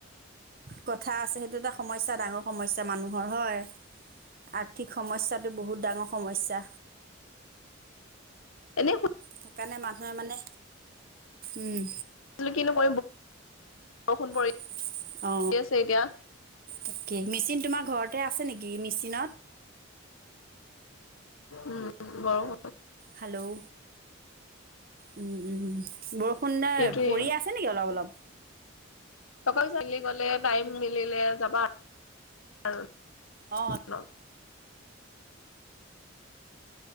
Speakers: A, on the right; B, on the left.
A: কথা আছে সেইটো এটা সমস্যা ডাঙৰ সমস্যা মানুহ ৰ হয় আৰ্থিক সমস্যাটো বহুত ডাঙৰ সমস্যা
B: এনেই
A: সেইকাৰণে মানুহে মানে উম
B: কি নক অষুণ পৰি
A: অ
B: আছে এতিয়া
A: তাকে মেচিন তোমাৰ ঘৰতে আছে নেকি মিি চীন
B: উম বৰ
A: হেল্ল' উম উম ব সুন্দৰ
B: সেইটোয়ে
A: পৰি আছে নেকি অলপ অলপ
B: তক চালি গলে টাইম মিলে যাবা আৰু
A: অঁ